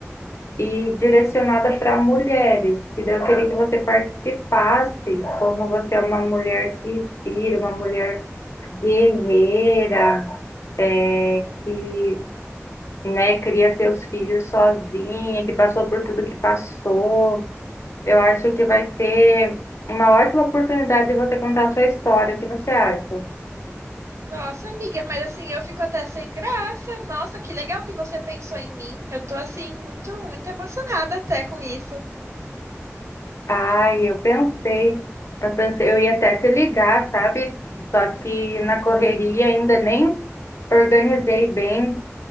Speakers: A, on the left; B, on the right.
A: E direcionada para mulheres. E daí eu queria que você participasse, como você é uma mulher que inspira, uma mulher guerreira, é, que né, cria seus filhos sozinha, que passou por tudo que passou. Eu acho que vai ser uma ótima oportunidade de você contar a sua história. O que você acha?
B: Nossa, amiga, mas assim, eu fico até sem graça. Nossa, que legal que você pensou em mim. Eu tô assim muito, muito emocionada até com isso.
A: Ai, eu pensei, eu pensei, eu ia até te ligar, sabe? Só que na correria ainda nem organizei bem,